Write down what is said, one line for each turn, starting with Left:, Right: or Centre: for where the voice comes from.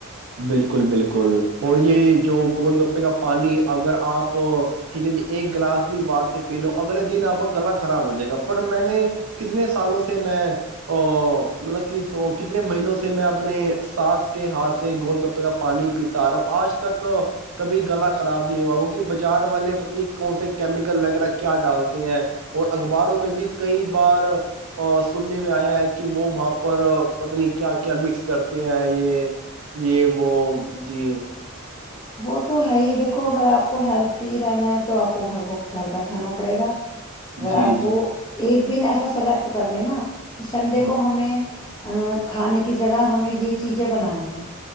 Right: بالکل بالکل اور یہ جو گول گپے کا پانی اگر آپ ٹھیک ہے ج ایک گلاس بھی باہر سے پی لو اگلے دن آپ کا گلا خراب ہو جائے گا پر میں نے کتنے سالوں سے میں مطلب کہ س کتنے مہینوں سے میں اپنے ساس کے ہاتھ گول گپے کا پانی پیتا آ رہا ہوں آج تک کبھی گلا خراب نہیں ہوا کیکہ بازار والے پتنی کون سے کیمیکل وغیرہ کیا ڈالتے ہیں اور اخباروں میں بھی کئی بار سننے میں آیا ہے کہ وہ وہاں پر پتنی کیا کیا مکس کرتے ہیں یہ یہ وہ جی
Left: وہ تو ہے ہی دیکھو اگر آپ کو ہیلتی رہنا ہے تو آپ کو گھر کو گھر کا کھانا پڑے گا اگر
Right: جی
Left: آپ
Right: جی
Left: کو ایک ایک دن ایسا سلیکٹ کر لینا کہ سنڈے
Right: ہ
Left: کو ہمیں ا کھانے کی جگہ ہمیں یہ چیزیں بنانی ہے